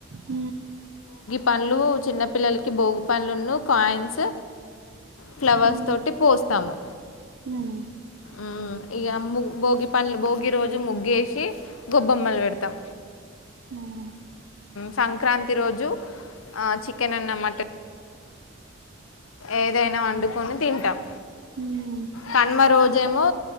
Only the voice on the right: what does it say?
హ
ఉమ్
ఉమ్
ఉమ్ ఉమ్
ఉమ్